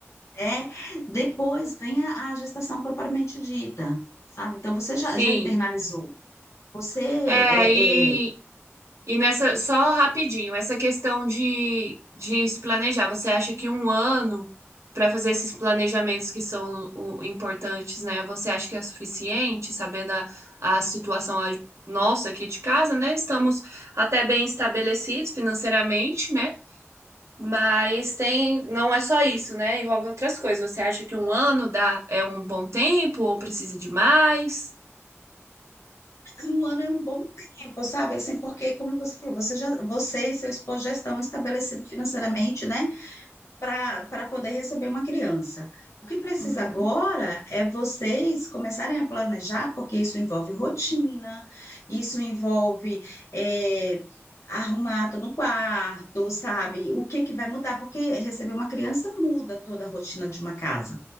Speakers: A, on the left; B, on the right.
A: é, depois vem a, a gestação propriamente dita, sabe? Então, você já,
B: sim.
A: já internalizou. Você
B: É,
A: é,
B: e
A: é,
B: E nessa, só rapidinho, essa questão de, de se planejar, você acha que um ano para fazer esses planejamentos que são o- importantes, né? Você acha que é suficiente, sabendo a, a situação a- nossa aqui de casa, né? Estamos até bem estabelecidos financeiramente, né? Mas tem, não é só isso, né? Envolve outras coisas. Você acha que um ano dá, é um bom tempo ou precisa de mais?
A: Um ano é um bom tempo, sabe? Assim, porque, como você falou, você já, você e seu esposo já estão estabelecidos financeiramente, né? para poder receber uma criança. O que precisa
B: Uhum,
A: agora é vocês começarem a planejar, porque isso envolve rotina, isso envolve é, arrumar todo um quarto, sabe? O que que vai mudar? Porque receber uma criança muda toda a rotina de uma casa.